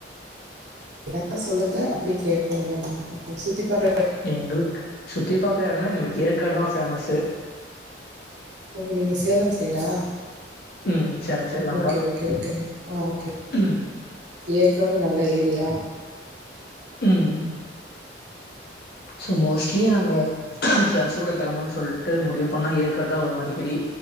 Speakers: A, on the right (about 70°); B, on the left (about 60°).
A: எப்ப சொல்லுங்க அப்டியே கேட்போமே சுத்தி போற்ற
B: எங்களுக்கு சுத்தி பாக்க எடம்ன்னா எங்களுக்கு ஏற்காடு தா ஃபேமஸ்சு
A: ஓ நீங்க சேலம் சைடா
B: ம். Salem side
A: okay okay okay ஆ ஓகே
B: ம்
A: ஏற்காடு நல்ல ஏரியா
B: உம் சோ மோஸ்ட்லி நாங்க ஃப்ரெண்ட்ஸ்க்கூட கிளம்புன்னனு சொல்ட்டு முடிவு பண்ணா ஏற்காடு தா வருவோ அடிக்கடி